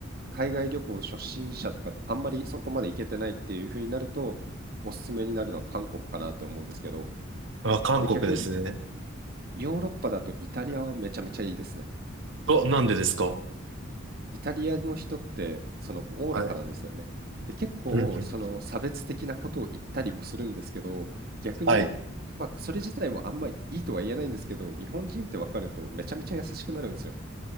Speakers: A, on the right (about 45°); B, on the right (about 70°).
A: 海外旅行初心者とかってあんまりそこまで行けてないっていう風になると、おすすめになるのは韓国かなって思うんですけど、
B: あ、韓国ですね。
A: で、逆にヨーロッパだとイタリアはめちゃめちゃいいですね。
B: お、なんでですか
A: イタリアの人ってそのおおらかなんですよね。
B: はい。
A: で、結構その差別的なことを言ったりもするんですけど、
B: うんうん。
A: 逆に、
B: はい。
A: まあそれ自体もあんまいいとは言えないんですけど、日本人って分かるとめちゃめちゃ優しくなるんですよ。